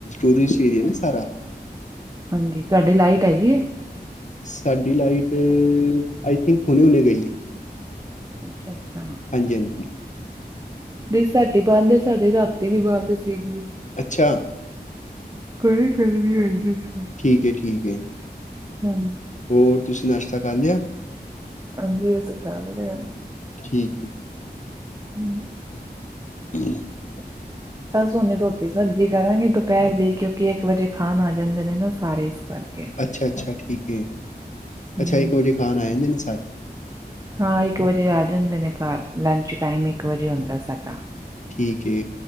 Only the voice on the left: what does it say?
ਟੂਰ ਏਰੀਏ ਨਾ ਸਾਰਾ
ਸਾਡੀ ਲਾਈਟ ਆਈ ਥਿੰਕ ਹੁਣੇ ਹੁਣੇ ਗਈ।
ਹਾਂਜੀ-ਹਾਂਜੀ,
ਅੱਛਾ,
ਠੀਕ ਹੈ ਠੀਕ ਹੈ।
ਹੋਰ ਤੁਸੀਂ ਨਾਸ਼ਤਾ ਕਰ ਲਿਆ?
ਠੀਕ
<inaudible>
ਅੱਛਾ-ਅੱਛਾ ਠੀਕ ਹੈ, ਅੱਛਾ
ਇੱਕ ਵਜੇ ਖਾਨ ਆ ਜਾਂਦੇ ਨੇ ਸਾਰੇ
ਠੀਕ ਐ,